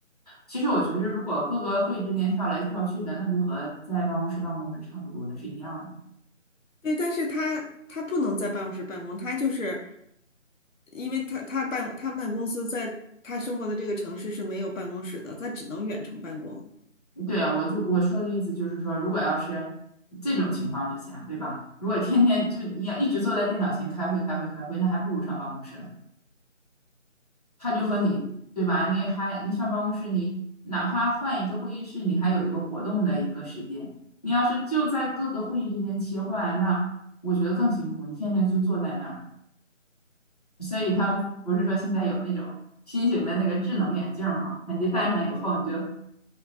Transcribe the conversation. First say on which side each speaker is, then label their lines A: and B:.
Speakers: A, on the left (about 30°); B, on the left (about 80°).
A: 其实我觉得如果各个会议之间跳来跳去的，那就和在办公室办公是差不多的，是一样的。
B: 对，但是他他不能在办公室办公，他就是因为他他办他们公司在他生活的这个城市是没有办公室的，他只能远程办公。
A: 对啊，我就我说的意思就是说，如果要是这种情况之下，对吧？如果天天就你要一直坐在电脑前开会、开会、开会，那还不如上办公室呢他就和你，
B: 嗯，
A: 对吧？你还你上办公室，你哪怕换一个会议室，你还有一个活动的一个时间。你要是就在各个会议之间切换，那我觉得更辛苦。你天天就坐在那儿，所以他们不是说现在有那种新型的那个智能眼镜儿嘛？你戴上以后，你就